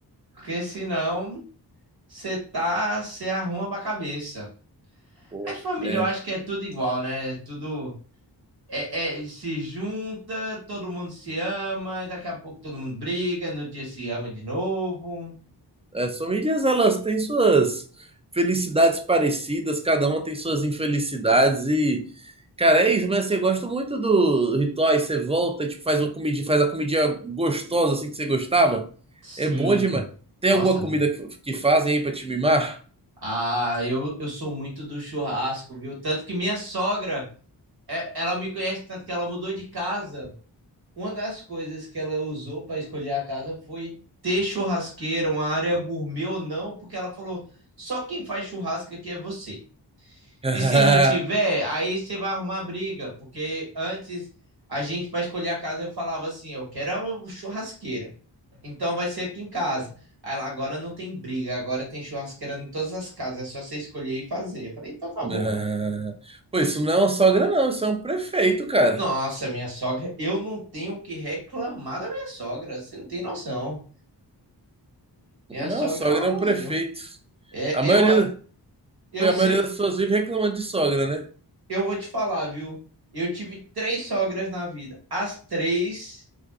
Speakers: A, on the right; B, on the right.
A: porque senão você tá, você arruma pra cabeça.
B: Pô,
A: As famílias,
B: é.
A: eu acho que é tudo igual, né? É Tudo É, é, se junta, todo mundo se ama, e daqui a pouco todo mundo briga, no dia se ama de novo.
B: As famílias, elas têm suas felicidades parecidas, cada uma tem suas infelicidades e. Cara, é isso, mas assim, eu gosto muito do ritual. e Você volta, e, tipo, faz uma comidinha, faz a comidinha gostosa assim que você gostava.
A: Sim,
B: É bom demais. Tem
A: nossa,
B: alguma
A: muito.
B: comida que, que fazem aí pra te mimar?
A: Ah, eu, eu sou muito do churrasco, viu? Tanto que minha sogra, é- ela me conhece tanto que ela mudou de casa. Uma das coisas que ela usou para escolher a casa foi ter churrasqueira, uma área gourmet ou não, porque ela falou: só quem faz churrasco aqui é você.
B: <laughs>
A: E se não tiver, aí você vai arrumar briga, porque antes a gente, para escolher a casa, eu falava assim: eu quero a churrasqueira, então vai ser aqui em casa. Aí lá agora não tem briga, agora tem churrasqueira em todas as casas, é só você escolher e fazer. Eu falei: então tá
B: Não.
A: bom.
B: Pô, isso não é uma sogra, não. Isso é um prefeito, cara.
A: Nossa, minha sogra, eu não tenho o que reclamar da minha sogra, você não tem noção. Minha
B: Não
A: sogra
B: é uma sogra,
A: é um amorzinho.
B: é um prefeito.
A: É,
B: A maioria,
A: eu, é, eu
B: pô, a
A: sempre,
B: maioria das pessoas vive reclamando de sogra, né?
A: eu vou te falar, viu? Eu tive três sogras na vida, as três